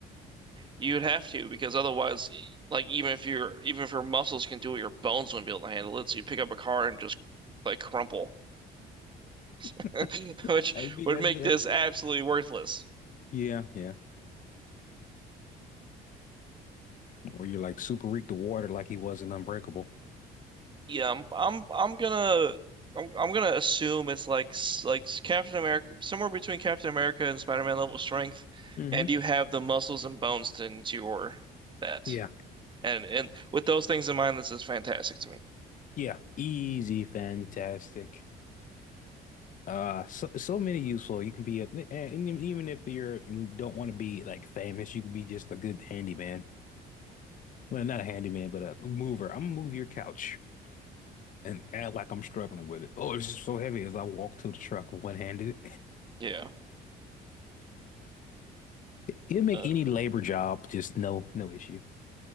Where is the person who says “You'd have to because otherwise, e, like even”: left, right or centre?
Right